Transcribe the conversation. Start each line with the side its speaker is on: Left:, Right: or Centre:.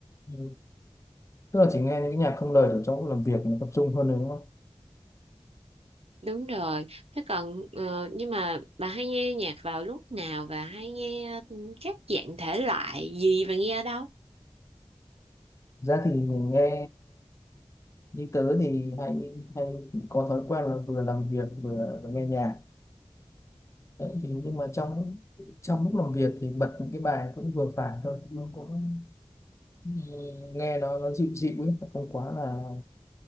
Left: Ừ. Tức là chỉ nghe những cái nhạc không lời để trong lúc làm việc nó tập trung hơn rồi đúng không?
Right: đúng rồi thế còn ờ, nhưng mà bà hay nghe nhạc vào lúc nào và hay nghe ừ, các dạng thể loại gì và nghe ở đâu
Left: Ra thì nghe như tớ thì hay hay có thói quen là vừa làm việc vừa, vừa nghe nhạc Đấy, thì nhưng mà trong trong lúc làm việc thì bật những cái bài cũng vừa phải thôi nó cũng ừ, nghe nó nó dịu dịu ấy không quá là